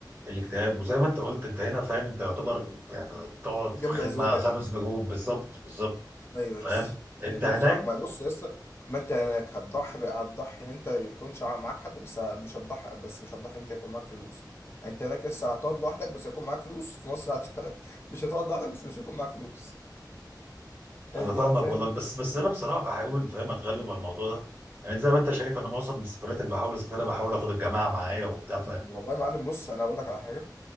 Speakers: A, on the right; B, on the left.
A: الاكتئاب وزي ما انت قلت انت هنا فاهم انت يعتبر يعني تقعد
B: جنب
A: في خدمه
B: عزوتك
A: خمس نجوم بالظبط بالظبط
B: ايوه
A: فاهم
B: بس
A: انت
B: دي
A: هناك
B: بصراحه ما بص يا اسطى ما انت هناك هتضحي بقى هتضحي ان انت يكونش معاك حد بس مش هتضحي بس مش هتضحي ان انت يكون معاك فلوس يعني انت هناك لسه هتقعد لوحدك بس هيكون معاك فلوس في مصر هت... <laughs> مش هتقعد لوحدك بس مش هيكون معاك فلوس هي
A: انا فاهمك
B: دي حرفيا
A: والله بس بس انا بصراحه بحاول فاهم اتغلب على الموضوع ده يعني زي ما انت شايف انا معظم السفرات اللي بحاول اسافرها بحاول اخد الجماعه معايا وبتاع
B: والله يا معلم بص انا اقول لك على حاجه